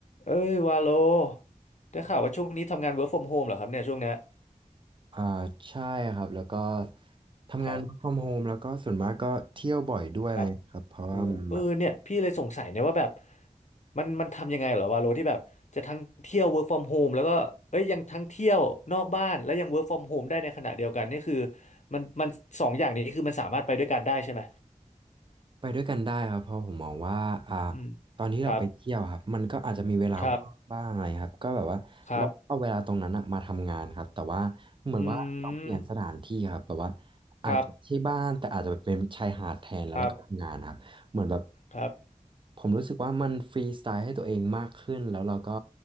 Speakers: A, on the left; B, on the right.
A: เอ้ยวาโลได้ข่าวว่าช่วงนี้ทำงาน work from home เหรอครับเนี่ยช่วงเนี้ย
B: อ่าใช่ครับแล้วก็ทำงาน
A: ครับ
B: work from home แล้วก็ส่วนมากก็เที่ยวบ่อยด้วยอะไรเงี้ยครับเพราะว่ามันแบบ
A: ครับอูเออเนี่ยพี่เลยสงสัยเนี่ยว่าแบบมันมันทำยังไงเหรอวาโลที่แบบจะทั้งเที่ยว work from home แล้วก็เอ้ยยังทั้งเที่ยวนอกบ้านและยัง work from home ได้ในขณะเดียวกันนี่คือมันมันสองอย่างนี้คือมันสามารถไปด้วยกันได้ใช่ไหม
B: ไปด้วยกันได้ครับเพราะผมมองว่าอ่า
A: อืม
B: ตอนที่เราไปเที่ยวครับมันก็อาจจะมีเวลาว่างบ้างอะไรครับก็แบบว่าเราเอาเวลาตรงนั้นอะมาทำงานครับแต่ว่าเหมือนว่าเราเปลี่ยนสถานที่ครับแบบว่า
A: ครับครับครับอืม
B: อาจจะที่บ้านแต่อาจจะเป็นชายหาดแทนแล้วแล้วก็ทำงานครับเหมือนแบบ
A: ครับครับครับ
B: ผมรู้สึกว่ามันฟรีสไตล์ให้ตัวเองมากขึ้นแล้วเราก็